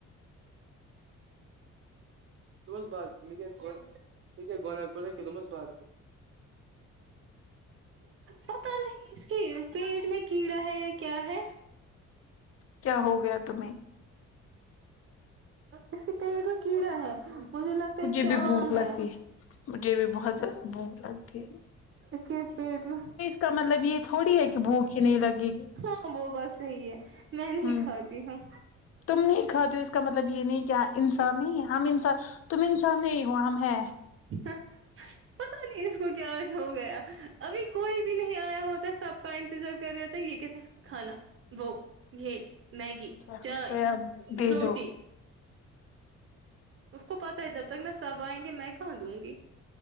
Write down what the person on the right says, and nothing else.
<unintelligible> پتا نہیں اس کی اسپیڈ کیڑا ہے یا کیا ہے
اس کے پیڑ میں کیڑا ہے مجھے لگتا ہے اس
کے آم
ہیں
اس کے پیٹ میں
ہاں وہ بات صحی ہے میں نہیں
کھاتی ہوں
ہاں پتا نہیں اس کو کیا آج ہو گیا ابھی کوئی بھی نہیں آیا ہوتا سب کا انتظار کر رہا ہوتا ہے یہ کہتا کھانا وہ یہ میگی
چائے
روٹی
اس کو پتا ہے جب تک نا سب آئیں گے میں کہاں دوں گی